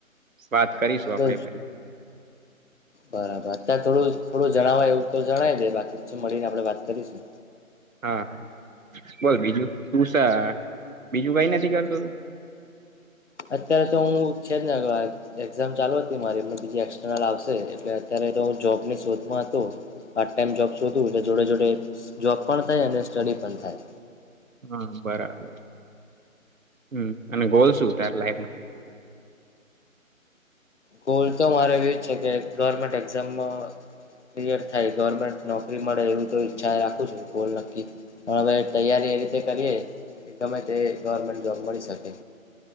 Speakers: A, on the right; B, on the left.
A: વાત કરીશું
B: હા
A: આપડે
B: તો
A: ફરી
B: બરાબર ત્યાં થોડું થોડું જણવાય એવું તો જણાય દે બાકી પછી મળીને આપડણે વાત કરીશું.
A: હા હા બોલ બીજું તુશ બીજું કઈ નથી કરતું તું
B: અત્યારે તો હું છે જ ને એક્ઝામ ચાલુ હતી મારી એમને બીજી એક્સટર્નલ આવશે એટલે અત્યારે તો હું જોૉબની શોધમાં હતો પાર્ટ ટાાઈમ જોબ શોધું એટલે જોડે જોડે જોબ પણ થાય અને સ્ટડી પણ થાય
A: હા બરાબર હમ અને ગોલ શું તારે લાઈફમાં
B: ગોલ તો મારે એવી જ છે કે ગવર્મેન્ટ એક્ઝામ ક્લિયર થાય ગવર્મેન્ટ નોકરી મળે એવી તો ઈચ્છાએ રાખું છું ગોલ નક્કી પણ હવે તૈયારી એ રીતે કરીએ કે ગમે તે ગવર્મેન્ટ જોબ મળી શકે.